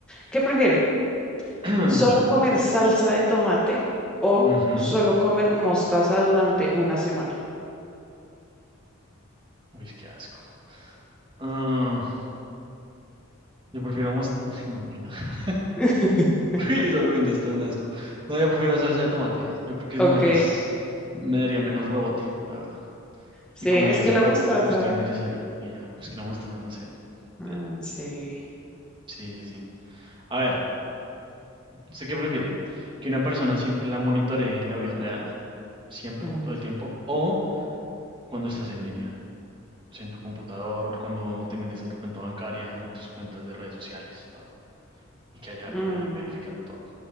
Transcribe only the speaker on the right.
<clears throat>
Ujú.
Uy, qué asco. Ah, yo prefiero mos- <laughs> Ay, no, uy, no. <laughs>
Uy, esa prenda está un asco. No, yo prefiero salsa de tomate. Yo creo que es
más, me daría menos rebote, la verdad.
Y comería
solo
justo y necesario. Y ya, pues que la mostaza, no sé.
Eh,
Sí, sí, sí. A ver, ¿usted qué prefiere? ¿Que una persona siempre la monitoree en la vida real? Siempre,
todo el tiempo. ¿O cuando estás en línea? o sea, en tu computador, cuando te metes a tu cuenta bancaria, en tus cuentas de redes sociales, todo, y que haya
alguien ahí verificando todo.